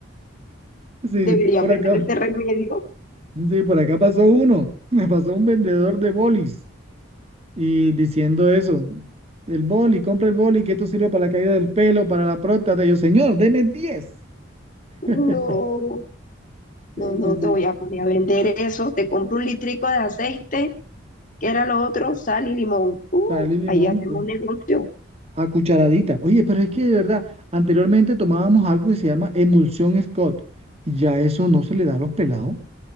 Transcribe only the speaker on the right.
Sí,
por
acá,
sí, por acá pasó uno. <laughs> Me pasó un vendedor de bolis. y diciendo eso, el boli, compra el boli, que esto sirve para la caída del pelo, para la próstata. Y yo, señor, deme diez <laughs>
Sí,
sí,
sí.
Sal y limón
cu-
a cucharadita. Oye, pero es que de verdad, anteriormente tomábamos algo que se llama emulsión Scott. y Ya eso no se le da a los pelados.